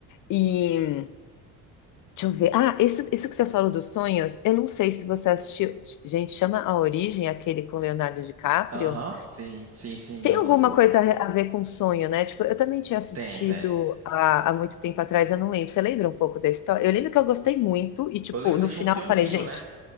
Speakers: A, on the left; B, on the right.
A: E deixa eu ver. Ah, isso, isso que você falou dos sonhos, eu não sei se você assistiu. Gente, chama A Origem, aquele com Leonardo DiCaprio.
B: Aham, sim, sim, sim.
A: Tem
B: é o
A: alguma
B: do- do-
A: coisa a a ver com sonho, né? Tipo, eu também tinha assistido
B: Tem, tem.
A: há, há muito tempo atrás, eu não lembro. Você lembra um pouco da história? Eu lembro que eu gostei muito e, tipo,
B: Eu lembro
A: no
B: que tinha
A: final
B: um peãozinho,
A: eu falei, gente,
B: né?